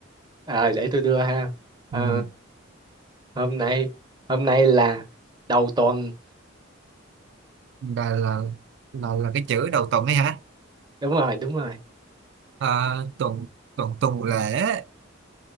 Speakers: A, on the right (about 20°); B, on the right (about 60°).
A: rồi để tôi đưa ha Ờ,
B: ừ.
A: hôm nay hôm nay là đầu tuần
B: là là là là cái chữ đầu tuần ấy hả
A: đúng rồi đúng rồi
B: à, tuần tuần tuần lễ